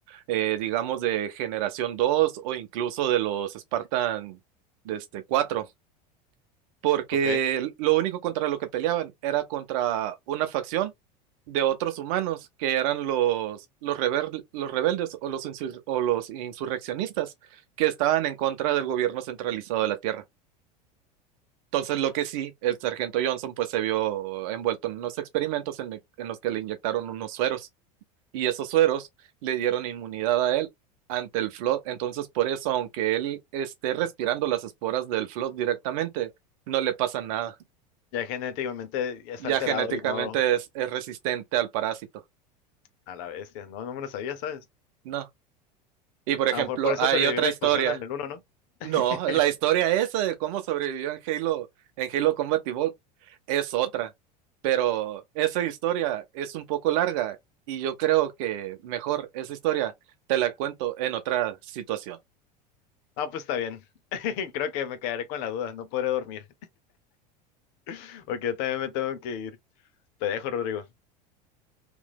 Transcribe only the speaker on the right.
eh, digamos, de generación 2 o incluso de los Spartan de este, cuatro porque
lo único contra lo que peleaban era contra una facción de otros humanos que eran los, los, rebel- los rebeldes o los, insur- o los insurreccionistas que estaban en contra del gobierno centralizado de la Tierra. Entonces, lo que sí, el sargento Johnson pues se vio envuelto en unos experimentos en, en los que le inyectaron unos sueros y esos sueros le dieron inmunidad a él ante el flood. Entonces, por eso, aunque él esté respirando las esporas del flood directamente, no le pasa nada.
ya
genéticamente
es, es resistente al parásito.
No. Y por ejemplo,
hay
otra
historia.
No, la historia esa de cómo sobrevivió en Halo, en Halo Combat Evolved es otra. Pero esa historia es un poco larga y yo creo que mejor esa historia te la cuento en otra situación.